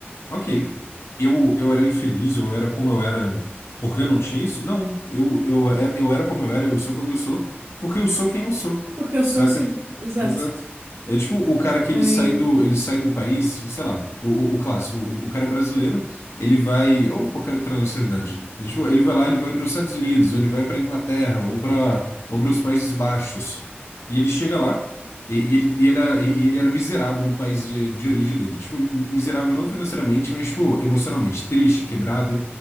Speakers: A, on the left; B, on the right.
A: Ok. Eu, eu era infeliz, eu era como eu era porque eu não tinha isso? Não. Eu, eu, é- eu era como eu era, eu sou como eu sou, porque eu sou quem eu sou.
B: Porque eu sou
A: Saca?
B: assim, exato.
A: Exato. É tipo o cara que
B: Aí,
A: ele sai do, ele sai do país, sei lá, o, o o clássico, o, o cara é brasileiro, ele vai, ou qualquer outra nacionalidade, ele, tipo, ele vai lá, ele vai para os Estados Unidos, ou ele vai para Inglaterra, ou para ou para os Países Baixos, e ele chega lá, e, e ele, e, ela e e ele era miserável no país de, de origem dele. Tipo, miserável não financeiramente, mas, tipo, emocionalmente. Triste, quebrado.